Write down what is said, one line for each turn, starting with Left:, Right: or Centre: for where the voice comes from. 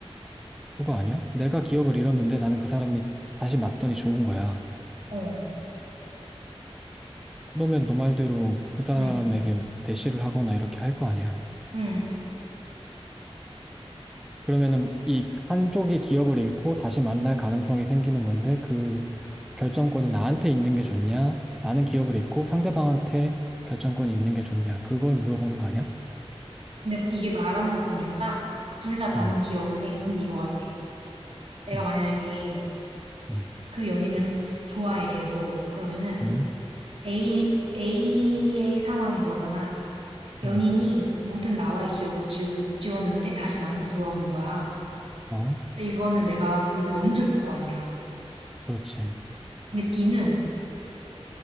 Centre: 그거 아니야? 내가 기억을 잃었는데 나는 그 사람이 다시 맞더니 좋은 거야.
Right: 어,
Centre: 그러면 너 말대로 그 사람에게
Right: 응,
Centre: 대시를 하거나 이렇게 할 거 아니야.
Right: 응.
Centre: 그러면은 이 한쪽이 기억을 잃고 다시 만날 가능성이 생기는 건데 그 결정권이 나한테 있는 게 좋냐? 나는 기억을 잃고 상대방한테 결정권이 있는 게 좋냐? 그걸 물어보는 거 아니야?
Right: 근데 뭐 이게 말하는 거 보니까 둘 다 나는
Centre: 응,
Right: 기억을 해. 근데 이거 같아. 내가
Centre: 응,
Right: 만약에
Centre: 응,
Right: 그 연인을 스- 좋아해 계속 그러면은
Centre: 응,
Right: A, A의 상황이 그거잖아. 연인이
Centre: 응.
Right: 모든 나와의 기억을 지우, 지웠는데 다시 나한테 돌아오는 거야.
Centre: 어,
Right: 근데 이거는 내가 볼 때 너무 슬플 거 아니야.
Centre: 그렇지.
Right: 근데 B는